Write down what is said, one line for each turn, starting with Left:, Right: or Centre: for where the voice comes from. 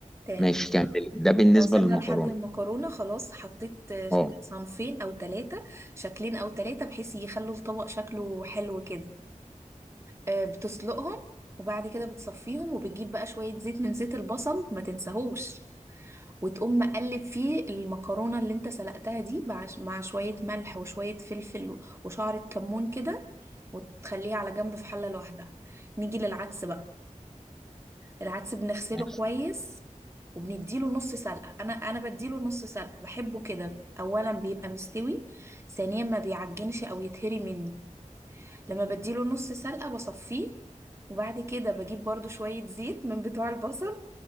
Right: تمام
Centre: ماشي كملي ده بالنسبه
Right: احنا وصلنا
Centre: للمكرونه
Right: لحد المكرونة خلاص حطيت آه،
Centre: اه
Right: صنفين او ثلاثة شكلين او ثلاثة بحيث يخلوا الطبق شكله حلو كده آه، بتسلقهم وبعد كده بتصفيهم وبتجيب بقى شوية زيت من زيت البصل ما تنساهوش وتقوم مقلب فيه المكرونة اللي انت سلقتها دي مع مع شوية ملح وشوية فلفل و- وشعرة كمون كده وتخليها على جنب في حلة لوحدها نيجي للعدس بقى العدس بنغسله
Centre: ماشي
Right: كويس وبنديله نص سلقة انا انا بديله نص سلقة بحبه كده اولا بيبقى مستوي ثانيا ما بيعجنش او يتهري مني لما بديله نص سلقة بصفيه وبعد كده بجيب برضو شوية زيت من بتوع البصل